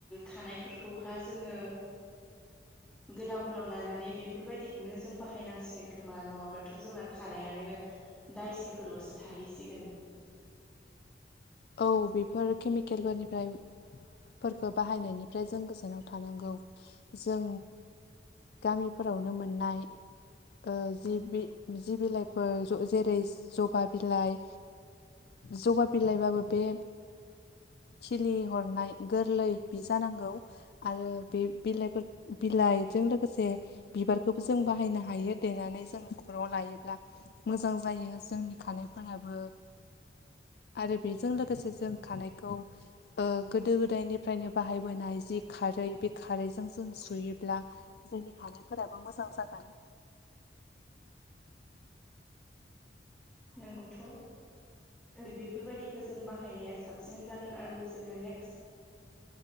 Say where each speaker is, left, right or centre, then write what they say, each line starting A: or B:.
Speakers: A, in the centre; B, on the left.
A: खानायफोरखौहा जोङो
B: <inaudible>
A: गोलाव गोलाव लानानै बेफोरबायदिखौनो जों बाहायनांसिगोन खोमा नङाबाथ' जोंना खानायानो दायसेफोरल'सो थाहैसिगोन
B: औ बेफोर केमिकेलफोरनिफ्राय फोरखौ बाहायनायनिफ्राय जों गोजानाव थानांगौ जों गामिफोरावनो मोननाय ओ जि जि बिलाइफोर जेरै जबा बिलाइ जगा बिलाइबाबो बे खिलि हरनाय गोरलै बि जानांगौ आरो बे बिलाइफोर बिलाइजों लोगोसे बिबारखौबो जों बाहायनो हायो देनानै जों न'खराव लायोब्ला मोजां जायो जोंनि खानायफोराबो आरो बे जों लोगोसे जों खानायखौ ओ गोदो गोदायनिफ्रायनो बाहायबोनाय जि खारै बे खारैजों जों सुयोब्ला जोंनि खानायफोराबो मोजां जागोन
A: नोंगौथ' बेफोरबायदिखौ जों बाहायनाया साबसिन जागोन आरो जोङो नेक्स्ट